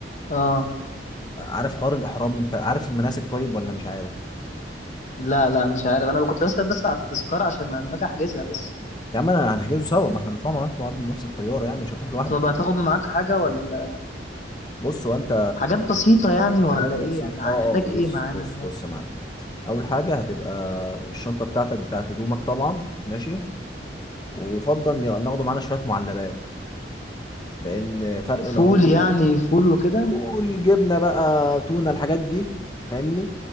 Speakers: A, on the left; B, on the left.
A: اه
B: عارف حوار الاحرام انت عارف المناسك طيب ولا مش عارف
A: لا لا مش عارف انا كنت بسأل بس على التذكرة عشان لما اجي احجزها بس
B: يا عم انا هنحجزه سوا ما احنا هنطلع مع بعض بنفس الطيارة يعني مش هتروح لوحدك
A: طب هتاخد معاك حاجة ولا
B: بص هو انت
A: حاجات بسيطة يعني ولا
B: حاجات بسيطة
A: ايه يعني هنحتاج
B: اه اه
A: ايه
B: بص
A: معانا
B: بص
A: هناك
B: بص يا معلم أول حاجة هتبقى الشنطة بتاعتك بتاعت هدومك طبعا ماشي ويفضل ي- ناخده معانا شوية معلبات لأن فرق العملة
A: فول يعني فول وكده
B: والجبنة بقى تونة الحاجات دي فاهمني